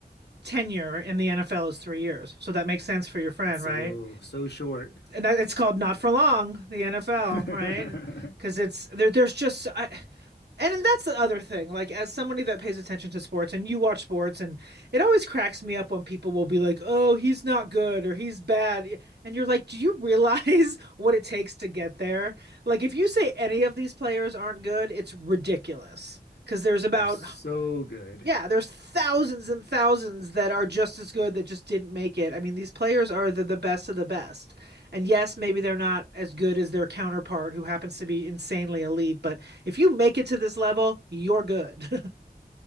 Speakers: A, on the right (about 80°); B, on the left (about 90°).
A: tenure in the NFL is three years. So that makes sense for your friend,
B: It's so
A: right?
B: so short.
A: And that, it's called not for long, the NFL,
B: <laughs>
A: right? Because it's there. There's just I, and then that's the other thing. Like as somebody that pays attention to sports, and you watch sports, and it always cracks me up when people will be like, "Oh, he's not good" or "He's bad," and you're like, "Do you <laughs> realize what it takes to get there?" Like if you say any of these players aren't good, it's ridiculous because there's about
B: They're so good.
A: yeah, there's thousands and thousands that are just as good that just didn't make it. I mean, these players are the, the best of the best. And yes, maybe they're not as good as their counterpart who happens to be insanely elite, but if you make it to this level, you're good.